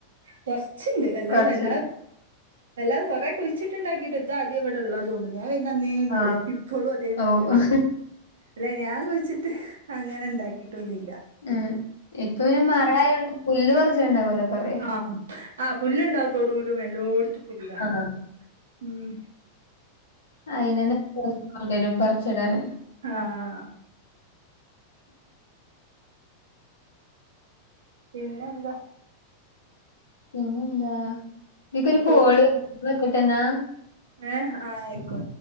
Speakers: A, on the right; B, on the left.
A: കൊറച്ചുണ്ട് അല്ലാതെ
B: കൊറച്ച്
A: എല്ലാ എല്ലാം കുറെ കുഴിച്ചിട്ടുണ്ടാക്കിട്ട് ഇത് ആകെ ഇവിടെ ഉള്ള <unintelligible>
B: ആഹ്.
A: ഇപ്പോഴും അതേമാതിരി
B: ഓഹ്.
A: വര. അല്ല ഞാൻ കുഴിച്ചിട്ട് അങ്ങനെ ഇണ്ടാക്കിട്ടൊന്നുമില്ല
B: ഉം ഇപ്പൊ പിന്നെ മഴയായതോണ്ട് പുല്ല് പറിച്ചിണ്ടാവൂലോ കുറെ.
A: ആഹ് ആഹ് പുല്ലുണ്ട് തോടീല് എല്ലോടത്തും പുല്ലാ
B: ആഹ്.
A: ഉംഹ്
B: <unintelligible> വരും പറിച്ചിടാന്
A: ആഹ് പിന്നെന്താ
B: പിന്നെന്താ ഇിക്കൊരു കോള്
A: തോ
B: വെക്കട്ടന്നാ
A: ഏ ആ ആയിക്കോ